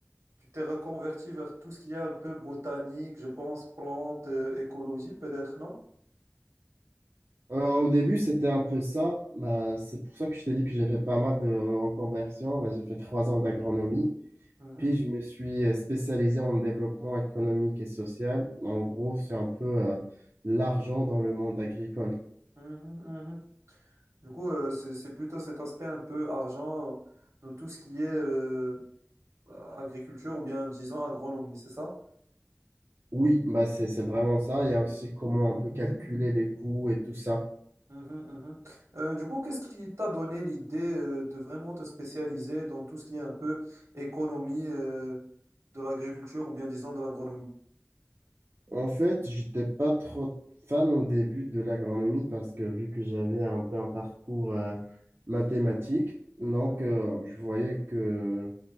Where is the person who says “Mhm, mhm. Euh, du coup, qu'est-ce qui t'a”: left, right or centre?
Right